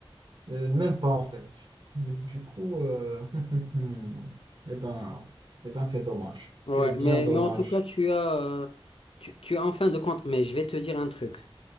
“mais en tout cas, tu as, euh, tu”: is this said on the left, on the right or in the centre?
Left